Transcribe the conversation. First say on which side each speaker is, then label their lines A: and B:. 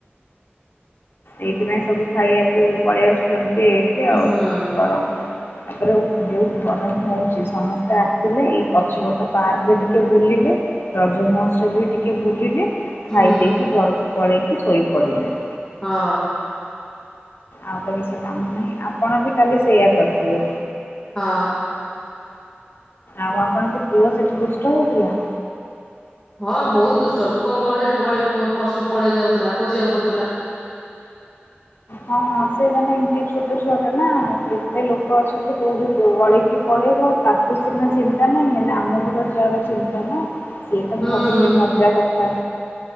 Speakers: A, on the left (about 65°); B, on the left (about 20°).
A: ଏଇଥିପାଇଁ ସବୁ ଖାଇବାକୁ ପଳେଇ ଆସୁଛନ୍ତି ଏଇଠି ଆଉ
B: ହୁଁ
A: ବରଂ ତାପରେ ଯୋଉ ଗରମ ହୋଉଛି ସମସ୍ତେ ଆସିଲେ ଏଇ ପଛପଟ ପାର୍କ ରେ ଟିକେ ବୁଲିଲେ ରଜ ମହୋତ୍ସବ ବି ଟିକେ ବୁଲିଲେ ଖାଇଦେଇକି
B: ହଁ
A: ଘରକୁ ପଳେଇକି ଶୋଇ ପଡିଲେ।
B: ହଁ।
A: ଆଉ ତ କିଛି କାମ ନାହିଁ। ଆପଣ ବି କାଲି ସେଇଆ କରିଥିବେ।
B: ହଁ।
A: ଆଉ ଆପଣଙ୍କ ପୁଅ ସେଠି ଦୁଷ୍ଟ ହୋଉଥିଲା।
B: ହଁ ବହୁତ ଦୁଷ୍ଟ। ଲୋକଙ୍କ ଗହଳିରେ ଗଳି ପଶୁ ପଳେଇ ଯାଉଥିଲା, ଖୋଜିବାକୁ ପଡୁଥିଲା।
A: ହଁ ସେ ମାନେ ଏମିତି ଛୋଟ ଛୁଆ ଟା ନା, କେତେ ଲୋକ ଅଛନ୍ତି କୋଉଠି ଗଳେଇକି ପଳେଇବ ତାକୁ ସିନା ଚିନ୍ତା ନାହିଁ, ହେଲେ ଆମକୁ ତ ତାର ଚିନ୍ତା ନା। ସିଏ ତ
B: ହୁଁ।
A: ଭାବୁଛି
B: ହଁ
A: ମଜା କଥା।